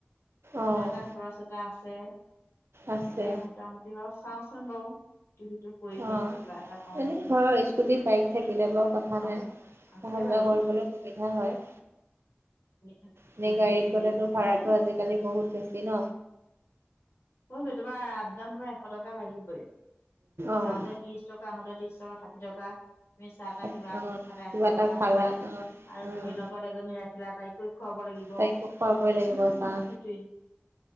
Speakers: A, on the left (about 80°); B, on the right (about 80°).
A: এইপিনেও
B: অ',
A: এটা খৰচ এটা আছে
B: আছে
A: তাকে মোটামুটি বাৰু চাওচোন বাৰু ইটো সিটো কৰি মেলি
B: অ'
A: কিবা এটা পাওঁ
B: এনেই
A: নেকি
B: ঘৰৰ স্কুটি বাইক থাকিলে বাৰু কথা
A: অ
B: নাই,
A: আছে
B: যোৱা
A: বাৰু
B: কৰিবলৈ সুবিধা হয়।
A: এনে থ
B: এনে
A: সেই দিনটো
B: গাড়ীত
A: এনেই
B: গ'লেতো
A: থকা
B: ভাড়াটো
A: যায়।
B: আজিকালি বহুত বেছি ন
A: হৈ গৈ তোমাৰ আপ ডাউন ধৰা তোমাৰ এশ টকা লাগিবই
B: অ'।
A: যাওঁতে ত্ৰিশ টকা আহোতে ত্ৰিশ টকা ষাঠি টকা তুমি চাহ তাহ
B: অ',
A: কিবা এন খালে
B: কিবা
A: এশ
B: এটা
A: টকা
B: খালা
A: হয়
B: অ',
A: আৰু
B: উম,
A: তুমি লগ জনী ৰাখিলা টাইক খুৱাব লাগিব
B: তাইকো খুৱাবই লাগিব
A: সেইটোৱে
B: চাহ